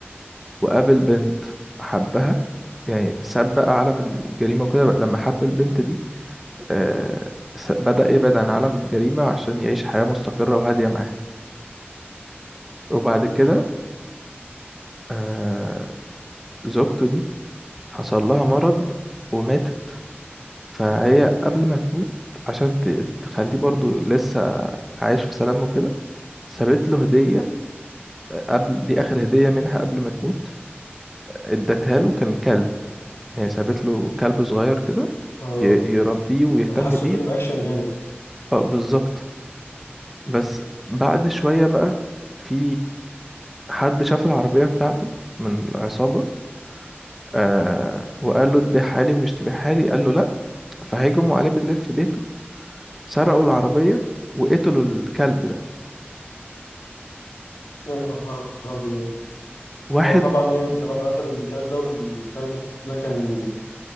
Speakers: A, in the centre; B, on the left (about 85°).
A: وقابل بنت حبها يعني ساب بقى عالم الجريمة وكده بقى لما حب البنت دي آه، س- بدأ يبعد عن عالم الجريمة عشان يعيش حياة مستقرة وهادية معاها وبعد
B: لي
A: كده آه، زوجته دي حصل لها مرض وماتت فهي قبل ما تموت عشان ت- تخليه برضو لسه عايش في سلام وكده سابت له هدية آه، قبل دي آخر هدية منها قبل ما تموت ادتها له كان كلب هي سابت له كلب صغير كده
B: آه
A: ي- يربيه ويهتم
B: أنا حاسه
A: بيه
B: فيلم أكشن جامد
A: اه بالظبط بس بعد شوية بقى في حد شاف العربية بتاعته من العصابة آه وقال له تبيعها لي ومش تبيعها لي قال له لا فهجموا عليه بالليل في بيته سرقوا العربية وقتلوا الكلب ده
B: يا نهار أبيض
A: واحد
B: هو طبعا يعني طالما قتلوا الكلب ده والكلب ده كان